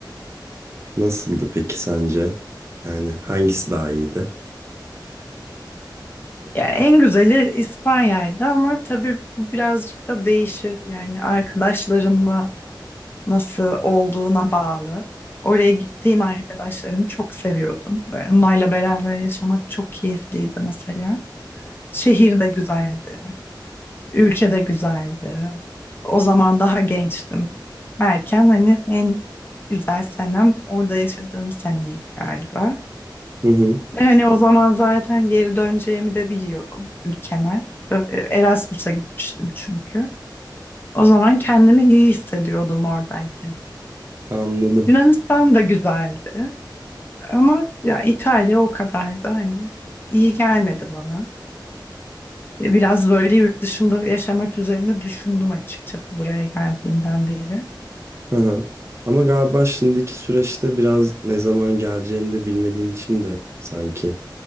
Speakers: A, on the right; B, on the left.
A: Nasıldı peki sence? Yani hangisi daha iyiydi?
B: Ya en güzeli İspanya'ydı ama tabii bu birazcık da değişir. Yani arkadaşlarımla nasıl olduğuna bağlı. Oraya gittiğim arkadaşlarımı çok seviyordum. Böyle onlarla beraber yaşamak çok keyifliydi mesela. Şehir de güzeldi. Ülke de güzeldi. O zaman daha gençtim. Erken hani en güzel senem orada yaşadığım seneydi galiba.
A: Hı hı.
B: Ve hani o zaman zaten geri döneceğimi de biliyordum ülkeme. Erasmus'a gitmiştim çünkü. O zaman kendimi iyi hissediyordum oradayken.
A: Anladım.
B: Yunanistan da güzeldi. Ama ya İtalya o kadar da hani iyi gelmedi bana. E, Biraz böyle yurt dışında yaşamak üzerine düşündüm açıkçası buraya geldiğinden beri.
A: Hı hı. Ama galiba şimdiki süreçte biraz ne zaman geleceğini de bilmediğin için de sanki